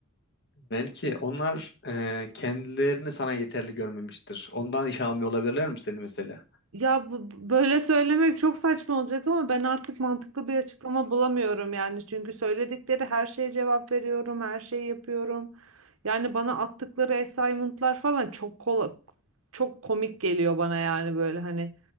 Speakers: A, on the left; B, on the right.
A: Belki onlar e, kendilerini sana yeterli görmemiştir. Ondan <laughs> iş almıyor olabilirler mi seni mesela?
B: Ya bu, böyle söylemek çok saçma olacak ama ben artık mantıklı bir açıklama bulamıyorum yani çünkü söyledikleri her şeye cevap veriyorum, her şeyi yapıyorum. Yani bana attıkları assignment'lar falan çok kola, çok komik geliyor bana yani böyle hani